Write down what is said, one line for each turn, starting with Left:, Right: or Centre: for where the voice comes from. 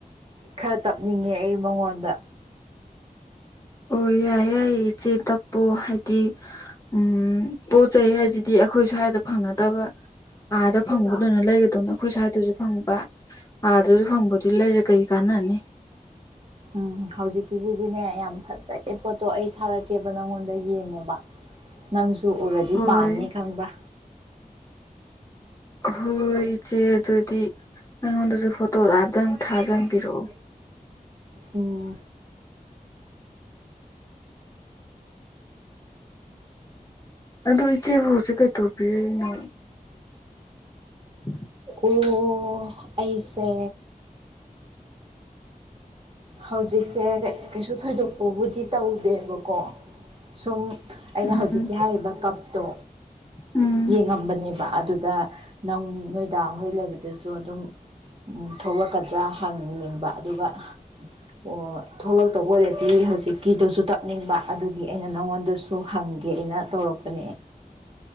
Right: ꯈꯔ ꯇꯞꯅꯤꯡꯉꯦ ꯑꯩ ꯃꯉꯣꯟꯗ꯫
Left: ꯑꯣ ꯌꯥꯏꯌꯦ ꯌꯥꯏꯌꯦ ꯏꯆꯦ ꯇꯞꯄꯣ ꯍꯥꯏꯗꯤ ꯎꯝ ꯄꯣꯠ ꯆꯩ ꯍꯥꯏꯁꯤꯗꯤ ꯑꯩꯈꯣꯏ ꯁ꯭ꯋꯥꯏꯗ ꯐꯪꯅꯗꯕ ꯑꯥꯗ ꯐꯪꯕꯗꯨꯅ ꯂꯩꯒꯗꯧꯅꯤ ꯑꯈꯣꯏ ꯁ꯭ꯋꯥꯏꯗꯁꯨ ꯐꯪꯕ ꯑꯥꯗꯁꯨ ꯐꯪꯕꯗꯤ ꯂꯩꯔ ꯀꯩ ꯀꯥꯟꯅꯅꯤ꯫
Right: ꯎꯝ ꯍꯧꯖꯤꯛꯀꯤꯖꯤꯗꯤꯅꯦ ꯌꯥꯝ ꯐꯖꯩ꯫ ꯑꯦ ꯄꯣꯠꯇꯣ ꯑꯩ ꯊꯥꯔꯛꯀꯦꯕ ꯅꯪꯉꯣꯟꯗ ꯌꯦꯡꯉꯣꯕ ꯅꯪꯁꯨ ꯎꯔ ꯗꯤ
Left: ꯍꯣꯏ
Right: ꯄꯥꯝꯅꯤ ꯈꯪꯕ꯭ꯔꯥ?
Left: ꯍꯣꯏ ꯏꯆꯦ ꯑꯗꯨꯗꯤ ꯑꯩꯉꯣꯟꯗꯖꯨ ꯐꯣꯇꯣꯗꯣ ꯍꯥꯏꯐꯦꯠꯇꯪ ꯊꯥꯖꯟꯕꯤꯔꯛꯑꯣ꯫
Right: ꯎꯝ
Left: ꯑꯗꯨ ꯏꯆꯦꯕꯨ ꯍꯧꯖꯤꯛ ꯀꯩꯗꯧꯕꯤꯔꯤꯅꯣ? <inaudible>
Right: ꯑꯣ ꯑꯩꯁꯦ ꯍꯧꯖꯤꯛꯁꯦ ꯀꯩꯁꯨ ꯊꯣꯏꯗꯣꯛꯄꯕꯨꯗꯤ ꯇꯧꯗꯦꯕꯀꯣ꯫ ꯁꯨꯝ ꯑꯩꯅ
Left: ꯎꯝ
Right: ꯍꯧꯖꯤꯛꯀꯤ ꯍꯥꯏꯔꯤꯕ ꯀꯞꯇꯣ
Left: ꯎꯝ
Right: ꯌꯦꯡꯉꯝꯕꯅꯦꯕ ꯑꯗꯨꯗ ꯅꯪ ꯅꯣꯏꯗꯥꯍꯣꯏ ꯂꯩꯕꯗꯨꯖꯨ ꯑꯗꯨꯝ ꯎꯝ ꯊꯣꯛꯂꯛꯀꯗ꯭ꯔꯥ ꯍꯪꯅꯤꯡꯕ ꯑꯗꯨꯒ ꯑꯣ ꯊꯣꯛꯂꯛꯇꯧꯕ ꯑꯣꯏꯔꯗꯤ ꯍꯧꯖꯤꯛꯀꯤꯗꯨꯖꯨ ꯇꯞꯅꯤꯡꯕ ꯑꯗꯨꯒꯤ ꯑꯩꯅ ꯅꯪꯉꯣꯟꯗꯁꯨ ꯁꯨ ꯍꯪꯒꯦ ꯑꯩꯅꯥ ꯇꯧꯔꯛꯄꯅꯦ